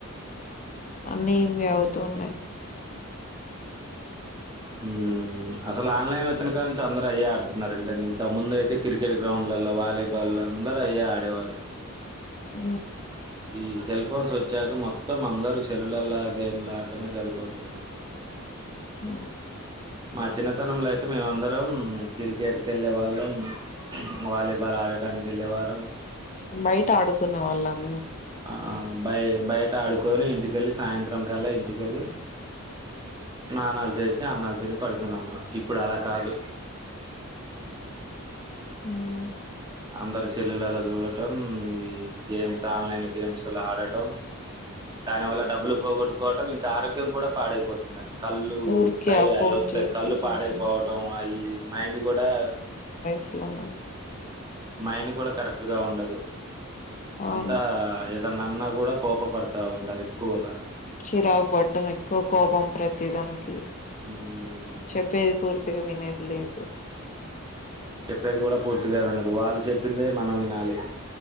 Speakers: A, on the left (about 35°); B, on the right (about 20°).
A: అన్నీ ఇవే అవుతూ ఉన్నాయి
B: హ్మ్మ్ అసలు ఆన్లైన్ వచ్చిన కానుంచి అందరూ అయ్యే ఆడుతున్నారంటే ఇంతకు ముందు అయితే క్రికెట్ గ్రౌండ్ లో వాలీబాల్ అందరు అయ్యే ఆడేవారు
A: ఉ
B: ఈ సెల్ ఫోన్స్ వచ్చాక మొత్తం అందరుూ సెల్లుల్లో గేమ్లు ఆడటమే జరిగిపోతుంది
A: అ
B: మా చిన్నతనంలో అయితే మేమ అందరం క్రికెట్కి వెళ్ళే వాళ్ళం వాలీబాల్ ఆడటనికి గెల్లెవరం
A: బయట ఆడుకునే వాళ్ళం
B: ఆ బయ బయ బట్ట ఆడుకొని ఇంటికెళ్ళి సాయంత్రం కల్లా ఇంటికెళ్ళి స్నానాలు చేసి అన్నాలు తిని పడుకునే వాళ్ళం ఇప్పుడు అలా కాదు
A: హ్మ్మ్
B: అందరి సెల్యులలో చూడటం ఈ గేమ్స్ ఆన్లైన్ గేమ్స్లు ఆడటం దాని వల్ల డబ్బులు పోగొట్టుకోవటం ఇంకా ఆరోగ్యం కూడా పాడైపోతుందండి కళ్ళు
A: ఊరికే
B: సై
A: ఆ ఫోన్
B: అవి వస్తే
A: చూసి
B: కళ్ళు
A: చూసి
B: పాడైపోవటం అవి మైండ్ కూడా
A: స్లానే
B: మైండ్ కూడా కరెక్ట్ గా ఉండదు
A: అవును
B: అంతా ఏ దన్ అన్నా కూడా కోప పడతా ఉంటారు ఎక్కువగా
A: చిరాకు పడ్డం ఎక్కువ కోపం ప్రతీదానికి
B: ఉమ్,
A: చెప్పేది పూర్ తిగా వినేది లేదు
B: చెప్పేది కూడా పూర్తిగా వినరు వాళ్ళు చెప్పిందే మనం వినాలి